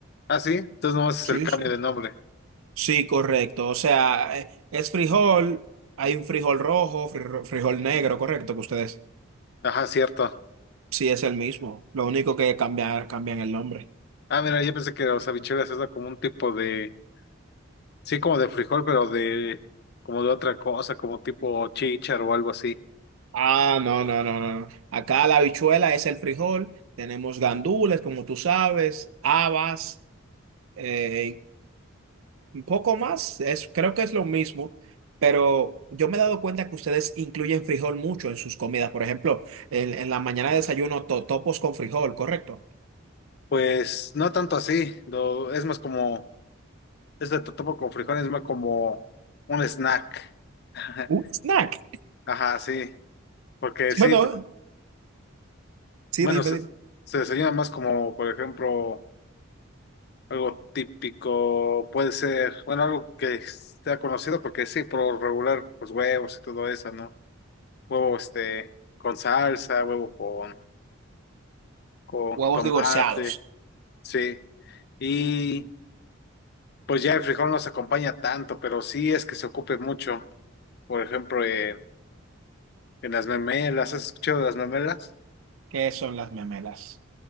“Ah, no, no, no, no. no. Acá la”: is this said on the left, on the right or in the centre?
Right